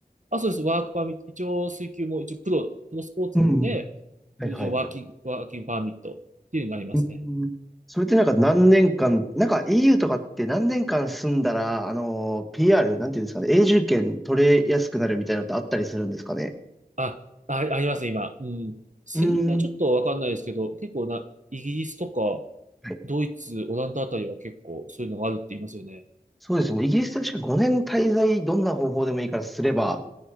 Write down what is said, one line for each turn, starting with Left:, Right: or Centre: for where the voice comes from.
Right: あ、そうです。ワークパーミット。一応、水球も一応、プロ、プロスポーツなので、
Centre: うんうん、はい、
Right: 一応、
Centre: はい、
Right: ワーキング、
Centre: はい。
Right: ワーキングパーミットっていうのがありますね。
Centre: うん。それってなんか何年間、なんか EU とかって何年間住んだら、あの、PR、なんていうんですかね、永住権取れやすくなるみたいなのってあったりするんですかね。
Right: あ、あ、ありますね、今。うん。セルビアはちょっとわかんないですけど、
Centre: うーん。
Right: 結構な、イギリスとか、
Centre: はい
Right: ドイツ、オランダあたりは結構そういうのがあるって言いますよね。
Centre: そうですよね。イギリスって確か5年滞在、どんな方法でもいいからすれば、